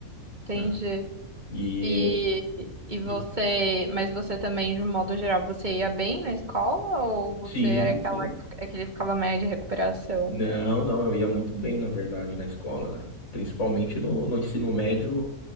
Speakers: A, on the right; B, on the left.
A: entendi.
B: né? E
A: E, e você,
B: de-
A: mas você também, de um modo geral, você ia bem na escola ou você
B: sim,
A: era aquela,
B: sim.
A: aquele que ficava média de recuperação?
B: Não, não, eu ia muito bem, na verdade, na escola, né? Principalmente no, no ensino médio,